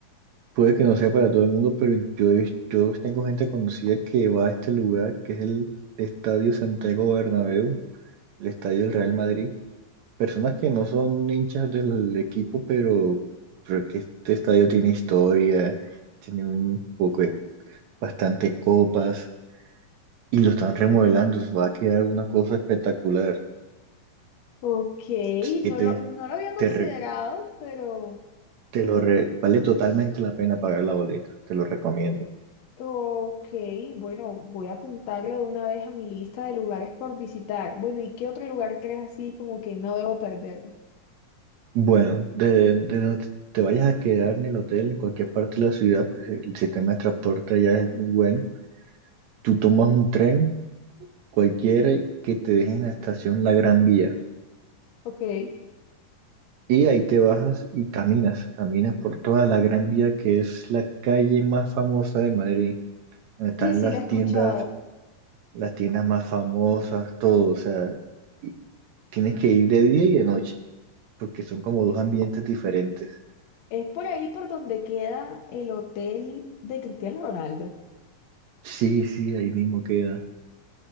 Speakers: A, on the right; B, on the left.
A: puede que no sea para todo el mundo, pero yo, he vis- yo tengo gente conocida que va a este lugar, que es el Estadio Santiago Bernabéu, el Estadio del Real Madrid. Personas que no son hinchas del equipo, pero, pero es que este estadio tiene historia, tiene un poco de bastante copas y lo están remodelando. se Va a quedar una cosa espectacular.
B: Ok,
A: Así que
B: no
A: te,
B: lo, no lo había considerado,
A: te, re-
B: pero...
A: te lo re- vale totalmente la pena pagar la boleta, te lo recomiendo.
B: Ok, bueno, voy a apuntarle de una vez a mi lista de lugares por visitar. Bueno, ¿y qué otro lugar crees así como que no debo perder?
A: Bueno, de, de donde te vayas a quedar en el hotel, en cualquier parte de la ciudad, pues el sistema de transporte allá es muy bueno. Tú tomas un tren, cualquiera, que te deje en la estación La Gran Vía.
B: Ok, sí,
A: Y ahí te bajas y caminas, caminas por toda la Gran Vía, que es la calle más famosa de Madrid, donde están
B: sí,
A: las
B: la he escuchado.
A: tiendas, las tiendas más famosas, todo. O sea, y tienes que ir de día y de noche, porque son como dos ambientes diferentes.
B: Es por ahí por donde queda el hotel de Cristiano Ronaldo.
A: Sí, sí, ahí mismo queda.